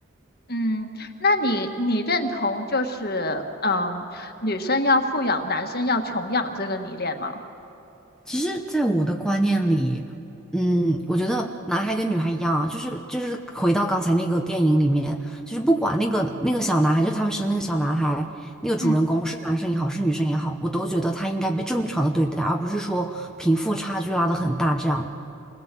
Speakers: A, on the left; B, in the centre.
A: 嗯，那你你认同就是嗯，女生要富养，男生要穷养这个理念吗？
B: 其实，在我的观念里，嗯，我觉得男孩跟女孩一样啊，就是就是回到刚才那个电影里面，就是不管那个那个小男孩，就是他们生的那个小男孩，那个主人公是男生也好，
A: 嗯。
B: 是女生也好，我都觉得他应该被正常的对待，而不是说贫富差距拉得很大这样。